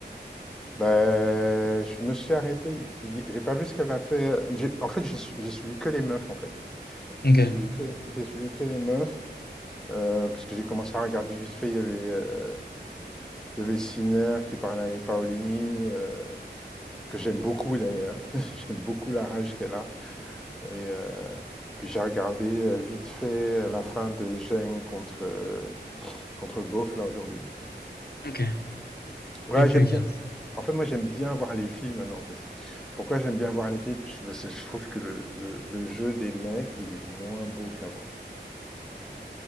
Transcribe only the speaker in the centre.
Ben, je me suis arrêté, hi- j'ai pas vu ce qu'elle a fait, euh, j'ai- en fait, j'ai su- j'ai suivi que les meufs, en fait.
J'ai suivi que, j'ai suivi que les meufs, euh, parce que j'ai commencé à regarder vite fait, il y avait, euh, il y avait Sinner qui parlait avec Paolini, euh, que j'aime beaucoup d'ailleurs. <laughs> j'aime beaucoup la rage qu'elle a. Et euh, puis j'ai regardé euh, vite fait la fin de Geng contre, euh, contre Goff là aujourd'hui.
Ouais,
j'aime
bien. En fait, moi, j'aime bien voir les filles maintenant. parce que- Pourquoi j'aime bien voir les filles parce que je trouve que le, le, le jeu des mecs, il est moins beau qu'avant.